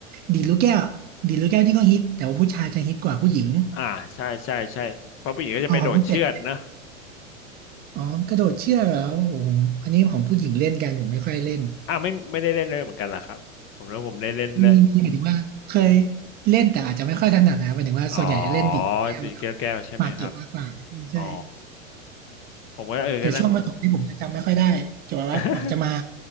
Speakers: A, on the right; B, on the left.
A: ดีดลูกแก้วดีดลูกแก้วนี่ก็ฮิตแต่ว่าผู้ชายจะฮิตกว่าผู้หญิง
B: อ่าใช่ใช่ใช่เพราะผู้หญิงก็จะไปโดดเชือกนะ
A: เอาของคุณเป็ดอ๋อกระโดดเชือกเหรอโอ้โหอันนี้ของผู้หญิงเล่นกันผมไม่ค่อยเล่น
B: อ่าไม่ไม่ได้เล่นเลยเหมือนกันล่ะครับผมแล้วผมได้เล่นเล่น
A: มีมีหมายถึงว่าเคยเล่นแต่อาจจะไม่ค่อยถนัดนะหมายถึงว่าส่วนใหญ่จะเล่นดิดแก้วกับ
B: อ๋อดีดแก้วแก้วใช่ไหมครับ
A: หมากเก็บมากกว่าใช่
B: อ๋อผมก็เออก็นั่ง
A: แต่ช่วงประถมที่ผมจะจำไม่ค่อยได้จะแบบว่าจะมา
B: <laughs>